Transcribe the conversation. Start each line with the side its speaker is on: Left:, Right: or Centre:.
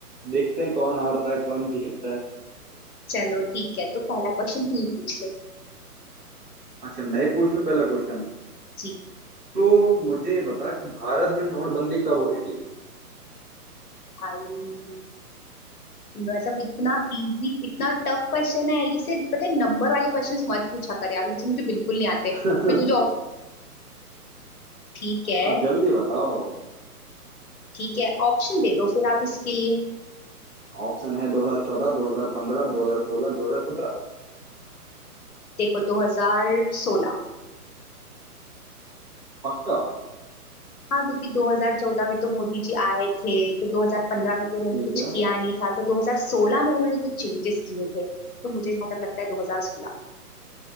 Right: देखते हैं कौन हारता है कौन जीतता है
Left: चलो ठीक है तो पहला क्वेश्चन तू ही पूछ ले
Right: अच्छा मैं ही पूछ लूं पहला क्वेश्चन
Left: जी
Right: तो मुझे ये बता कि भारत में नोटबंदी कब हुई थी
Left: भाई मतलब इतना इजी इतना टफ क्वेश्चन है ये सिर्फ पता है नंबर वाले क्वेश्चंस मत पूछा कर यार मुझे मुझे बिल्कुल नहीं आते
Right: <laughs>
Left: मैं तुझे op- ठीक है
Right: अब जल्दी बताओ
Left: ठीक है ऑप्शन दे दो फिर आप इसके लिए
Right: ऑप्शन है 2014 2015 2016 2017
Left: देखो 2016
Right: पक्का
Left: हाँ क्योंकि 2014 में तो मोदी जी आए थे तो 2015 में तो उन्होंने
Right: ठीक
Left: कुछ
Right: है
Left: किया नहीं था तो 2016 में उन्होंने कुछ चेंजेस किए थे तो मुझे जहाँ तक लगता है 2016